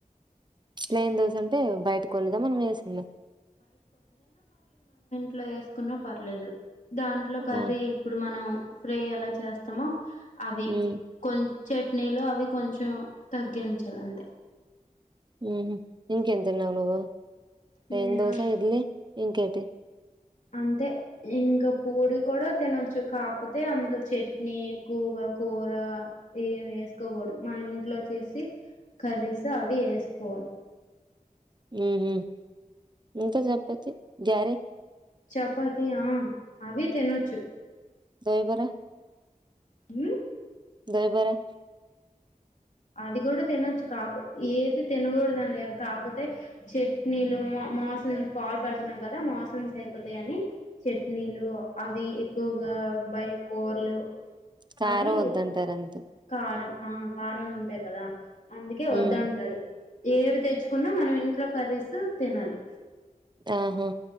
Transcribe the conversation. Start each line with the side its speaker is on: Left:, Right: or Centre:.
Right: ప్లేన్ దోస అంటే బయట కొన్నదా మనం వేసిందా
Left: ట్లో వేసుకున్నా పర్లేదు దాంట్లో కర్రీ
Right: ఆ
Left: ఇప్పుడు మనం ఫ్రై ఎలా చేస్తామో అవి
Right: హ్మ్
Left: కొం చట్నీలో అవి కొంచెం తగ్గించాలి అంతే
Right: ఉ ఇంకేం తిన్నావు నువ్వు ప్లేన్
Left: నేనా
Right: దోస ఇడ్లీ ఇంకేటి
Left: అంతే ఇంకా పూరి కూడా తినొచ్చు కాపోతే అందులో చట్నీ ఎక్కువగా కూర ఏమి వేసుకోకూడదు మనం ఇంట్లో చేసి కర్రీస్ అవి వేసుకోవాలి
Right: ఉహు ఇంకా చపాతి గారే
Left: చపాతీ ఆ అవి తినొచ్చు
Right: దయబార
Left: హు
Right: దయబార
Left: అది కూడా తినొచ్చు కాపో ఏది తినకూడదని లేదు కాకపోతే చట్నీలు మోసం పాలు పెడుతున్నాం కదా మోసషన్స్ అయిపోతాయని చట్నీలు అవి ఎక్కువగా ఆ బయటి కూరలు
Right: కారం
Left: అవి
Right: వద్దంటారు అంతే
Left: కారం ఆ కారం గా ఉంటాయి కదా అందుకే
Right: హ్మ్
Left: వద్దంటారు ఏవి తెచ్చుకున్నా మనం ఇంట్లో కర్రీస్ తినాలి
Right: ఆహా